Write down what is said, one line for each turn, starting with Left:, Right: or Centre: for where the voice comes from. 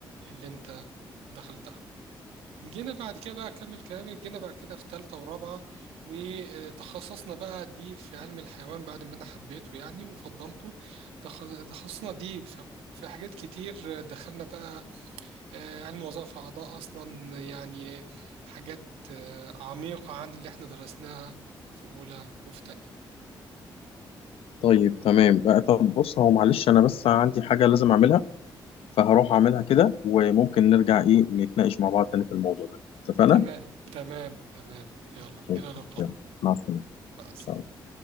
Right: اللي انت دخلتها جينا بعد كده بقى أكمل كلامي جينا بعد كده في تالتة ورابعة وتخصصنا بقى دي في علم الحيوان بعد ما أنا حبيته يعني وفضلته تخ- تخصصنا دي في في حاجات كتير دخلنا بقى آه، علم وظائف أعضاء أصلا يعني حاجات آه، عميقة عن اللي احنا درسناها في أولى وفي تانية
Left: طيب تمام بقى طب بص هو معلش انا بس عندي حاجه لازم اعملها فهروح اعملها كده وممكن نرجع ايه نتناقش مع بعض تاني في الموضوع ده اتفقنا؟
Right: تمام تمام تمام يلا
Left: طيب،
Right: إلى اللقاء
Left: يلا مع السلامه
Right: مع السلامة
Left: إن شاء الله.